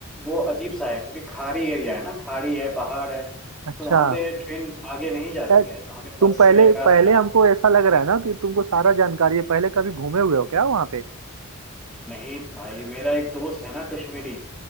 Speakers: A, in the centre; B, on the right.
A: वो अजीब सा है क्योंकि खाड़ी एरिया है ना खाड़ी है पहाड़ है
B: अच्छा
A: तो वहाँ पे ट्रेन आगे नहीं जाती
B: यार
A: है तो हमें
B: तुम
A: बस
B: पहले
A: से या कार
B: पहले
A: से जाना
B: हमको ऐसा लग रहा है ना कि तुमको सारा जानकारी है पहले कभी घूमे हुए हो क्या वहाँ पे
A: पड़ता है। नहीं भाई मेरा एक दोस्त है ना कश्मीरी